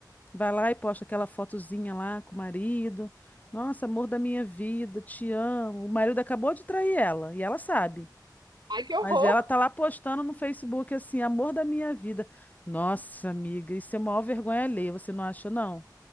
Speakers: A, on the left (about 20°); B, on the right (about 70°).
A: Vai lá e posta aquela fotozinha lá com o marido. Nossa, amor da minha vida, te amo. O marido acabou de trair ela e ela sabe.
B: ai que horror.
A: Mas ela tá lá postando no Facebook assim, amor da minha vida. Nossa, amiga, isso é a maior vergonha alheia, você não acha, não?